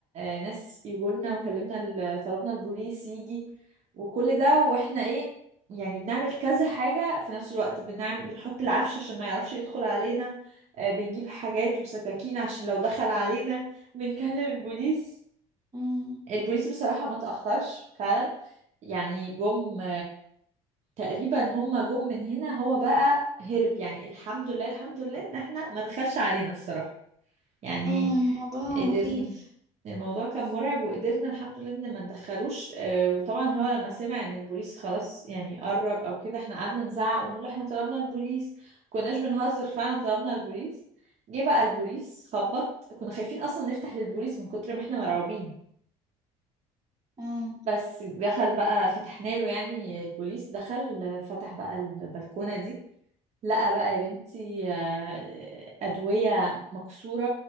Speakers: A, on the right; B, on the right.
A: آه، ناس يقولنا وكلمنا ال- طلبنا البوليس يجي وكل ده واحنا ايه يعني بنعمل كذا حاجة في نفس الوقت بنعمل بنحط العفش عشان ما يعرفش يدخل علينا آه، بنجيب حاجات وسكاكين عشان لو دخل علينا بنكلم البوليس
B: امم
A: البوليس بصراحة ما تأخرش فعلا يعني جم تقريبا هما جم من هنا هو بقى هرب يعني الحمد لله الحمد لله ان احنا ما دخلش علينا الصراحة يعني
B: اه موضوع
A: قدرنا
B: مخيف
A: الموضوع كان مرعب وقدرنا الحمد لله ان ما ندخلوش آه، وطبعا هو لما سمع ان البوليس خلاص يعني قرب او كده احنا قعدنا نزعق ونقول احنا طلبنا البوليس كناش بنهزر فعلا طلبنا البوليس جه بقى البوليس خبط كنا خايفين اصلا نفتح للبوليس من كتر ما احنا مرعوبين
B: اه
A: بس دخل بقى فتحنا له يعني البوليس دخل فتح بقى البلكونة دي لا بقى يا بنتي آه، أدوية مكسورة